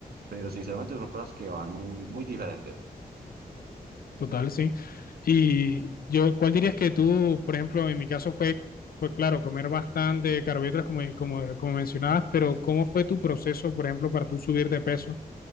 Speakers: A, on the right (about 85°); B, on the left (about 75°).
A: pero sinceramente son cosas que van muy, muy diferentes.
B: total, sí. Y yo, ¿cuál dirías que tú, por ejemplo, en mi caso fue, pues claro, comer bastante carbohidratos como, como, como mencionabas, pero ¿cómo fue tu proceso, por ejemplo, para tú subir de peso?